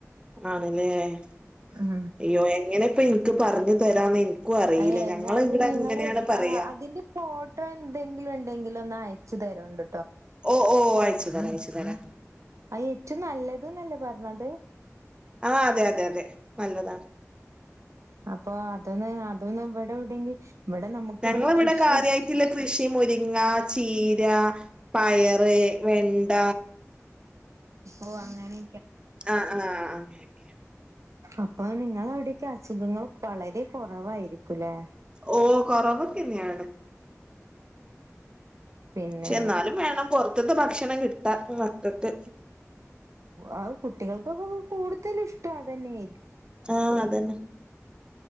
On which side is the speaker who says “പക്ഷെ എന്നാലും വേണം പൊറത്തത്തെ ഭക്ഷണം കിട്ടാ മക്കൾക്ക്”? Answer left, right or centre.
Right